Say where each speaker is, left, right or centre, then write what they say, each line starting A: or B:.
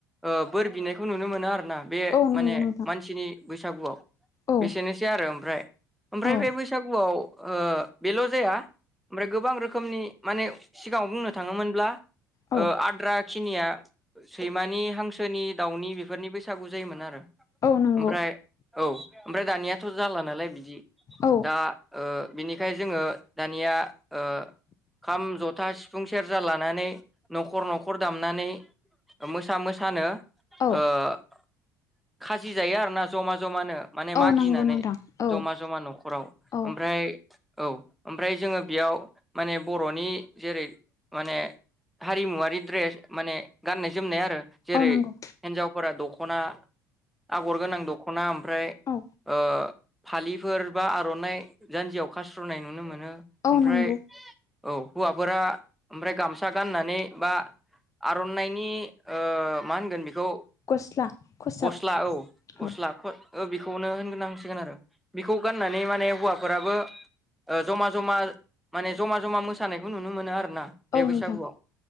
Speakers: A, in the centre; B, on the left.
A: ओ बोर बिनायखौ नुनो मोनो आरोना। बे
B: औ नंगौ
A: माने
B: नोंथां
A: मानसिनि बैसागुआव
B: औ
A: बेसेनोसै आरो ओमफ्राय ओमफ्राय
B: औ
A: बे बैसागुआव ओ बेल' जाया। ओमफ्राय गोबां रोखोमनि माने सिगाङाव बुंनो थाङोमोनब्ला
B: औ
A: आद्रा खिनिया सैमानि हांसोनि दाउनि बेफोरनि बैसागु जायोमोन आरो।
B: औ नंगौ
A: ओमफ्राय औ ओमफ्राय दानियाथ' जाला नालाय बिदि
B: औ
A: दा ओ बिनिखाय जोङो दानिया ओ खाम ज था सिफुं सेरजा लानानै न'खर न'खर दामनानै मोसा मोसानो
B: औ
A: ओ खाजि जायो आरोना जमा जमानो। माने
B: औ
A: मागिनानै
B: नंगौ नोंथां औ
A: जमा जमा न'खराव
B: औ
A: ओमफ्राय औ ओमफ्राय जोङो बेयाव माने बर'नि जेरै माने हारिमुवारि द्रेस माने गाननाय जोमनाय आरो जेरै
B: औ नंगौ
A: हिनजावफोरा दख'ना आगर गोनां दख'ना ओमफ्राय
B: औ
A: ओ फालिफोर बा आर'नाइ जान्जियाव खास्रोनाय नुनो मोनो। ओमफ्राय
B: औ नंगौ
A: औ हौवाफोरा ओमफ्राय गामसा गाननानै बा आर'नाइनि ओ मा होनगोन बे खौ
B: गस्ला खसाब
A: गस्ला औ गस्लाखौ
B: औ
A: क ओ बेखौनो होनगोनांसिगोन आरो बेखौ गाननानै माने हौवाफोराबो ओ जमा जमा माने जमा जमा मो सानायखौ नुनो मोनो आरोना बे
B: औ
A: बैसागुआव
B: नोंथां